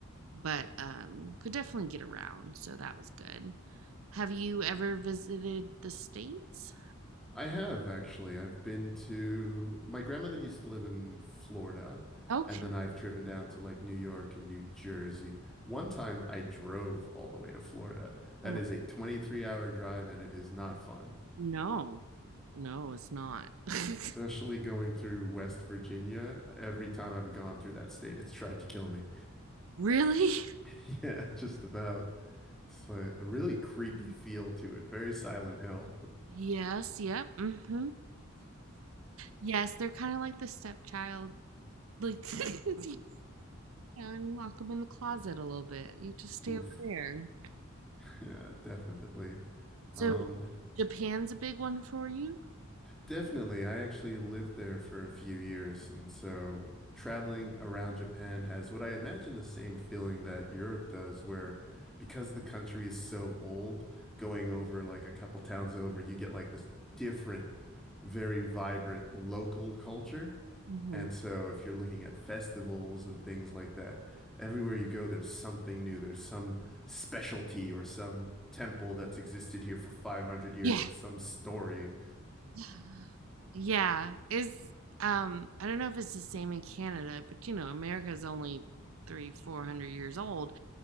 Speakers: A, on the right; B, in the centre.
A: but um, could definitely get around, so that was good. Have you ever visited the States?
B: I have actually. I've been to my grandmother used to live in Florida,
A: Okay.
B: and then I've driven down to like New York and New Jersey. One time I drove all the way to Florida. That
A: Oh,
B: is a 23 hour drive, and it is not fun.
A: No, no, it's not. <laughs>
B: Especially going through West Virginia. Every time I've gone through that state, it's tried to kill me.
A: Really?
B: <laughs> Yeah, just about. It's a really creepy feel to it. Very Silent Hill.
A: Yes, yep. Mm. hmm <laughs> Yes, they're kind of like the stepchild. Like, <laughs> you know, and lock them in the closet a little bit. You just stay
B: <laughs> Oof.
A: over there.
B: Yeah, definitely.
A: So,
B: Um,
A: Japan's a big one for you?
B: Definitely. I actually lived there for a few years, and so traveling around Japan has what I imagine the same feeling that Europe does, where because the country is so old, going over like a couple towns over, you get like this different, very vibrant local culture.
A: hmm
B: And so if you're looking at festivals and things like that, everywhere you go, there's something new. There's some specialty or some temple that's existed here for 500 years
A: Yeah.
B: with some story.
A: <sighs> Yeah. Is um, I don't know if it's the same in Canada, but you know, America's only three, four hundred years old.